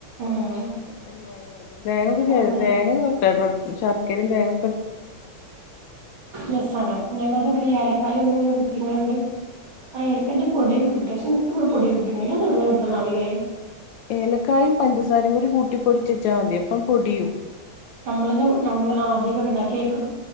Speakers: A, on the right; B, on the left.
A: ഉം
B: പെട്ടെന്ന് ചായ ആവല്ലോ
A: അങ്ങനെ
B: തേങ്ങൊക്കെ <unintelligible> ശർക്കരയും തേങ്ങ
A: രസാണ് ഞമ്മക്ക് ഇമ്മിണി ഏലക്കായ ഒന്നും ഇങ്ങനെ കുത്തിങ്ങാണ്ട് ആഹ് ഏലക്കാന്റെ പൊടിയൊക്കെ കിട്ടോ പക്ഷെ എനിക്ക് ഇവിടെ പൊടി കിട്ടണില്ലാ അത് എവിടന്നാ കിട്ടണെ ആവോ അല്ലേ
B: ഏലക്കായും പഞ്ചസാരയും കൂടി കൂട്ടി പൊടിച്ച വെച്ചാൽ മതി അപ്പം പൊടിയും
A: ഞമ്മളന് ഞമ്മള് ആദ്യം ഒക്കെ ഉണ്ടാക്കി കേക്ക്